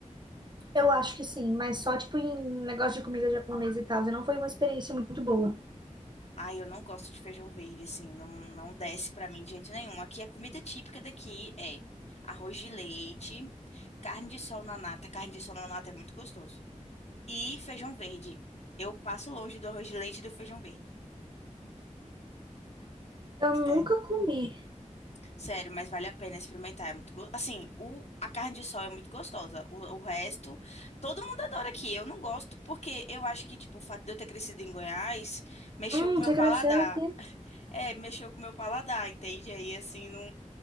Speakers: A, on the right (about 35°); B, on the left (about 55°).
A: Eu acho que sim, mas só tipo em negócio de comida japonesa e tal. Não foi uma experiência muito boa.
B: Ai, eu não gosto de feijão verde, assim, não, não desce pra mim de jeito nenhum. Aqui a comida típica daqui é arroz de leite, carne de sol na nata. Carne de sol na nata é muito gostoso. E feijão verde. Eu passo longe do arroz de leite e do feijão verde.
A: Eu
B: Sério.
A: nunca comi.
B: Sério, mas vale a pena experimentar. É muito go... Assim, o... a carne de sol é muito gostosa. O... o resto, todo mundo adora aqui. Eu não gosto porque eu acho que, tipo, o fato de eu ter crescido em Goiás mexeu
A: Hum,
B: com o meu
A: você
B: paladar.
A: cresceu aqui?
B: É, mexeu com o meu paladar, entende? Aí, assim, não,